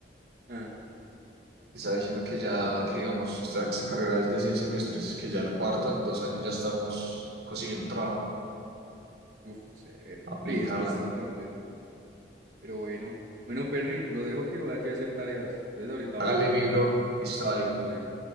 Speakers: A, on the right (about 50°); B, on the right (about 65°).
A: Ah,
B: Estaba diciendo que ya, que digamos, esta, esta carrera es de seis semestres, que ya el cuarto, en dos años ya estamos consiguiendo trabajo.
A: uf, severo.
B: Aplicarla.
A: Sí, es que esto también. Pero bueno. Bueno, Perry, lo dejo que vaya a hacer tareas. Entonces ahorita hablamos.
B: Hágale mi bro, listo,
A: Hágale
B: vale.
A: todo bien.